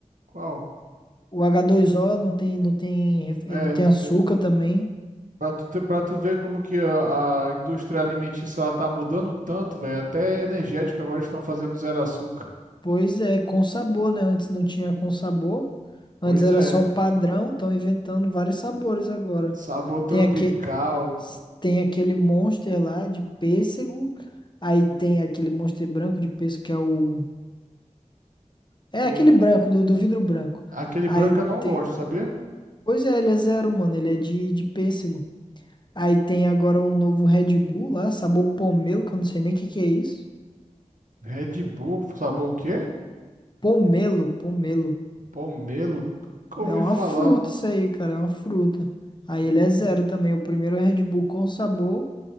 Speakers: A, on the right; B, on the left.
A: qual.
B: o h dois o não tem, não tem, ref-
A: É,
B: não tem açúcar
A: te-
B: também.
A: pra tu, ter, pra tu ver como que a, a indústria alimentícia ela tá mudando tanto, velho. Até energético agora estão fazendo zero açúcar.
B: Pois é, com sabor, né? Antes não tinha com sabor. Antes
A: Pois
B: era
A: é,
B: só o padrão, estão inventando vários sabores agora.
A: sabor tropical.
B: Tem aque, tem aquele Monster lá de pêssego. Aí
A: hum,
B: tem aquele Monster branco de pêssego que é o. É
A: o
B: aquele branco, do, do vidro branco.
A: Aquele
B: Aí
A: branco eu não
B: tem.
A: gosto, sabia?
B: Pois é, ele é zero, mano. Ele é de, de pêssego. Aí tem agora um novo Red Bull lá, sabor pomelo, que eu não sei nem o que que é isso.
A: Red Bull, sabor o quê?
B: Pomelo, pomelo.
A: Pomelo, nunca
B: É
A: ouvi
B: uma
A: falar.
B: fruta isso aí, cara, é uma fruta. Aí
A: Nunca-
B: ele é zero também, o primeiro Red Bull com sabor